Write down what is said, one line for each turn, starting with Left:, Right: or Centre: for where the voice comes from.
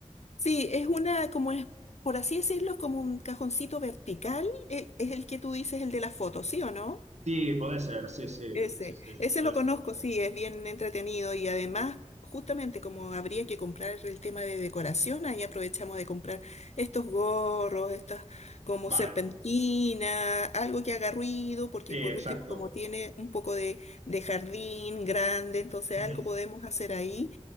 Left: Sí, es una, como es, por así decirlo, es como un cajoncito vertical, e- es el que tú dices, el de la foto, ¿sí o no?
Right: Sí, puede ser, sí, sí,
Left: Ese,
Right: sí, sí,
Left: ese
Right: puede
Left: lo conozco,
Right: ser.
Left: sí, es bien entretenido y además, justamente como habría que comprar el tema de decoración, ahí aprovechamos de comprar estos gorros, estas como
Right: Vale,
Left: serpentina, algo que haga ruido, porque
Right: sí, exacto.
Left: por último, como tiene un poco de, de jardín grande, entonces
Right: Ujú.
Left: algo podemos hacer ahí.